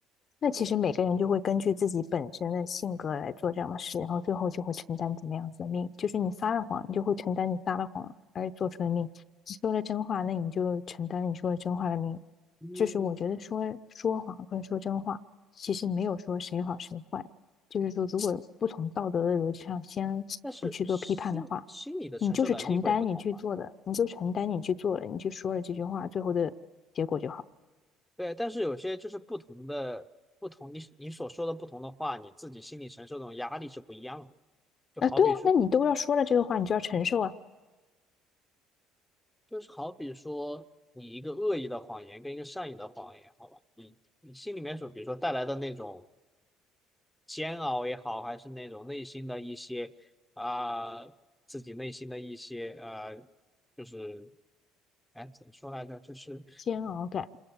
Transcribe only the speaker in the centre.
嗯，
但是心心理的承受能力会不同吧？
对，但是有些就是不同的不同，你你所说的不同的话，你自己心理承受这种压力是不一样的。就好比说，
就是好比说你一个恶意的谎言跟一个善意的谎言，好吧？你心里面所比如说带来的那种煎熬也好，还是那种内心的一些啊、自己内心的一些呃，就是哎怎么说来着？就是